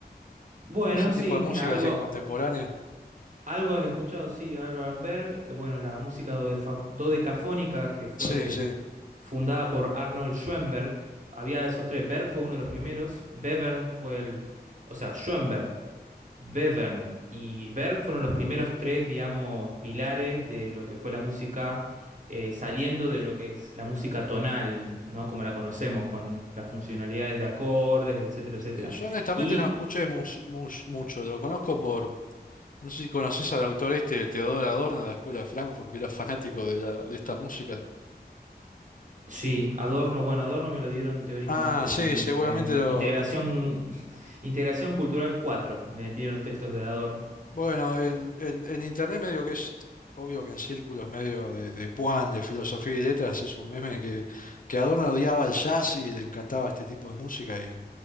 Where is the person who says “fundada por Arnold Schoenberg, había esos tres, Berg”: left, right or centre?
Right